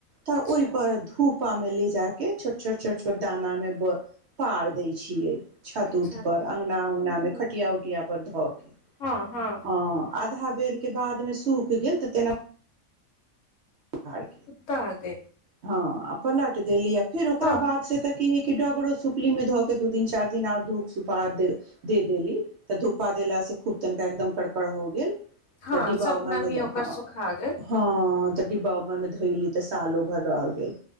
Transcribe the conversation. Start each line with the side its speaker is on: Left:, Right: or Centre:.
Left: अच्छा
Right: तऽ ओहिपर धूप पा मे ले जा के छोट छोट छोट छोट दाना में ब पार देय छिये छत
Left: अच्छा
Right: उत पर अंगगना उङंगगना
Left: ह
Right: मे खटिया उटिया पर ध ह
Left: हँ हँ
Right: आध बेर के बाद मे सूख गेल तऽ तेना प
Left: उताह गेल
Right: हँ पलट देली फेर ओकरा
Left: हँ
Right: बाद से त की है कि डगरो सुपली मे ध के दू दिन चारि दिन आर धूप सुपा दे देली तऽ धुप्पा देलास से खूब तनिका एकदम करकड़ हो गेल
Left: हँ
Right: त डीबा
Left: सब
Right: उबा
Left: नमी
Right: मे ह
Left: ओकर सुखा गेल
Right: हँ तऽ डिब्वा उब्बामे धोली तऽ सालो भर रह गेल